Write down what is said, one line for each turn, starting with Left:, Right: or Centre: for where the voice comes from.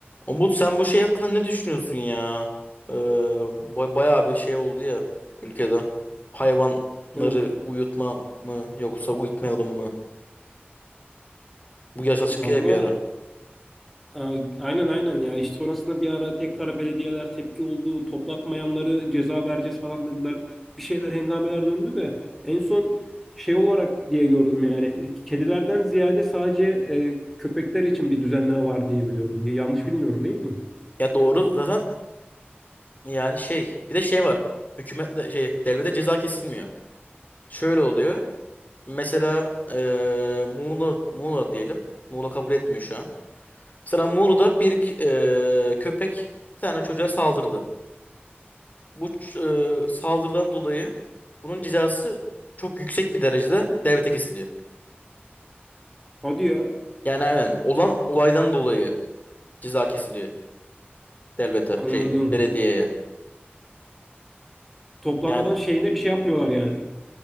Left: Umut sen bu şey hakkında ne düşünüyorsun ya? Ee, ba- bayağı bir şey oldu ya Türk ülkede. Hayvanları
Centre: Ne oldu?
Left: uyutma mı yoksa uyutmayalım mı? Bu yaşa çıkıyor
Centre: Valla
Left: bir ara.
Centre: e, aynen aynen ya. İşte sonrasında bir ara tekrar belediyeler tepki oldu. Toplatmayanları ceza vereceğiz falan dediler. Bir şeyler hengameler döndü de en son şey olarak diye gördüm yani. Kedilerden ziyade sadece e, köpekler için bir düzenleme var diye biliyorum. Ya, yanlış bilmiyorum değil mi?
Left: Ya doğru zaten Yani şey bir de şey var. Hükümetle şey devlete ceza kesilmiyor. Şöyle oluyor. Mesela eee Muğla Muğla diyelim. Muğla kabul etmiyor şu an. Mesela Muğla'da bir k- eee, köpek bir tane çocuğa saldırdı. Bu ç- eee, saldırıdan dolayı bunun cezası çok yüksek bir derecede devlete kesiliyor.
Centre: Hadi ya
Left: Yani hemen olan olaydan dolayı ceza kesiliyor devlete
Centre: anladım.
Left: şey belediyeye.
Centre: Toplanmadan
Left: Yani
Centre: şeyine bir şey yapmıyorlar yani.